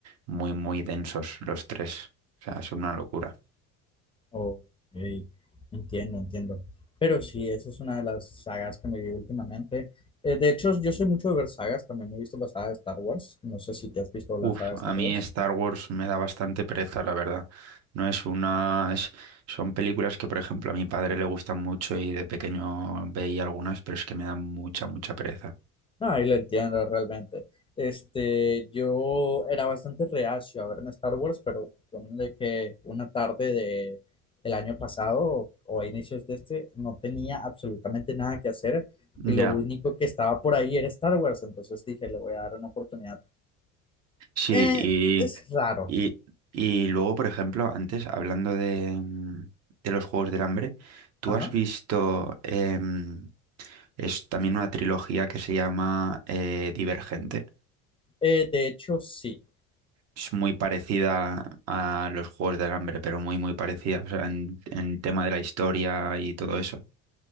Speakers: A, on the right; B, on the left.
A: muy, muy densos los tres. O sea, son una locura.
B: Ok, entiendo, entiendo. Pero sí, esa es una de las sagas que me vi últimamente. Eh, de hecho, yo soy mucho de ver sagas, también he visto la saga de Star Wars. No sé si te has visto la
A: Uf,
B: saga de Star
A: a mí
B: Wars.
A: Star Wars me da bastante pereza, la verdad. No es una... es- son películas que, por ejemplo, a mi padre le gustan mucho y de pequeño veía algunas, pero es que me dan mucha, mucha pereza.
B: No, ahí lo entiendo realmente. Este, yo era bastante reacio a ver en Star Wars, pero ponle que una tarde de, del año pasado o a inicios de este no tenía absolutamente nada que hacer
A: Ya.
B: y lo único que estaba por ahí era Star Wars, entonces dije, le voy a dar una oportunidad.
A: Sí,
B: Eh,
A: y,
B: es raro.
A: y, y luego, por ejemplo, antes, hablando de, mm, de los Juegos del Hambre, ¿tú
B: Ajá.
A: has visto, em, es también una trilogía que se llama eh, Divergente?
B: Eh, de hecho, sí.
A: Es muy parecida a los Juegos del Hambre, pero muy, muy parecida, o sea, en, en tema de la historia y todo eso.